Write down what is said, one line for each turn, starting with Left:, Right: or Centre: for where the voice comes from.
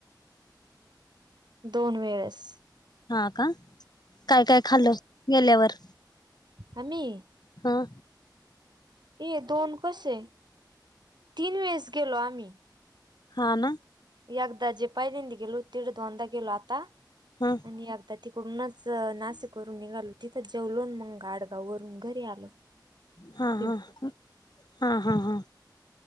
Right: दोन वेळेस
Left: हा का काय काय खालं गेल्यावर
Right: आम्ही
Left: हां
Right: ये दोन कसे आहे तीन वेळेस गेलो आम्ही
Left: हा ना
Right: एकदा जेपाहिलेंद गेलो तिड धोंदा गेलो आता
Left: हा
Right: आणि तर तिकडूनच नाशिक वून निघालो तिथं जेवलो मग गाडगाव वरून घरी आलो
Left: हा
Right: पिंपरी
Left: हा हा हा हा